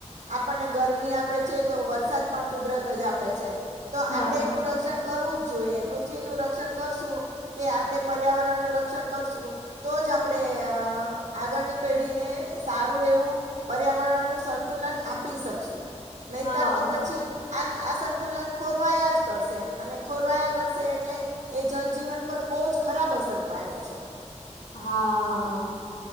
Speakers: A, on the right; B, on the left.
A: આપણને ગરમી આપે છે તો વરસાદ પણ કુદરત જ આપે છે. તો આપણે
B: હા
A: એનું રક્ષણ કરવું જ જોઈએ પૃથ્વીનુ રક્ષણ કરશું કે આપણે પર્યાવરણ નું રક્ષણ કરશુ તો જ આપણેે આગળની પેઢીને સારું એવું પર્યાવરણનું સંતુલન આપી શકશુ નહિતર,
B: હા.
A: તો પછી આ સંતુલન ખોરવાયા જ કરશે અને ખોરવાયા કરશે એટલે એ જનજીવન પર બહુ જ ખરાબ અસર પાડે છે.
B: હા